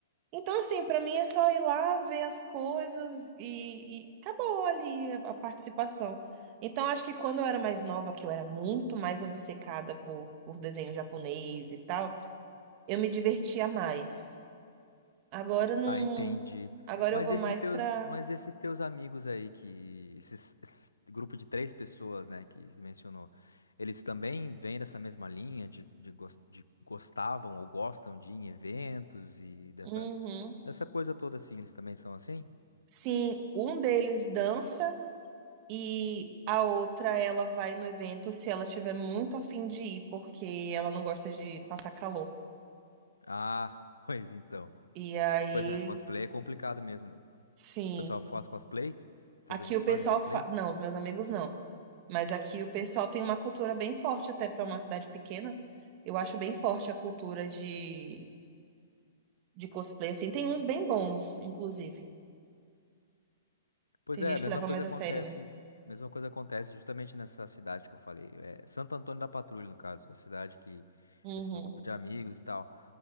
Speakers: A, on the right (about 40°); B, on the left (about 80°).
A: Então assim, pra mim é só ir lá ver as coisas e, e acabou ali a, a participação. Então acho que quando eu era mais nova, que eu era muito mais obcecada por, por desenho japonês e tal, eu me divertia mais. Agora não
B: Ah, entendi.
A: Agora
B: Mas
A: eu vou
B: esses
A: mais
B: teus,
A: pra
B: mas esses teus amigos aí que esses, esse grupo de três pessoas, né, que se mencionou, eles também vêm dessa mesma linha de, de, gos- de gostavam ou gostam de ir em eventos e dessa
A: Uhum.
B: dessa coisa toda assim, eles também são assim?
A: Sim, um deles dança e a outra ela vai no evento se ela tiver muito a fim de ir, porque ela não gosta de passar calor.
B: Ah, <laughs> pois então.
A: E aí,
B: Pois é, cosplay é complicado mesmo. né? O
A: sim,
B: pessoal faz cosplay? Teus
A: aqui
B: amigos
A: o
B: fazem
A: pessoal
B: cosplay?
A: fa... não, os meus amigos não. Mas aqui o pessoal tem uma cultura bem forte até pra uma cidade pequena. Eu acho bem forte a cultura de de cosplay assim. Tem uns bem bons, inclusive.
B: Pois
A: Tem
B: é,
A: gente
B: a mesma
A: que leva
B: coisa
A: mais
B: acontece,
A: a sério, né?
B: mesma coisa acontece justamente nessa cidade que eu falei, é Santo Antônio da Patrulha, no caso, a cidade que
A: Uhum,
B: esse meu grupo de amigos e tal.